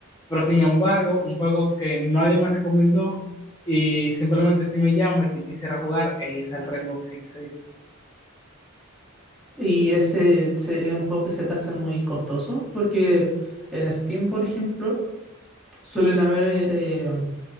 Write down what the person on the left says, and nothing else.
Pero sin embargo, un juego que nadie me recomendó y simplemente si me llama y si quisiera jugar es el Rainbow Six Siege.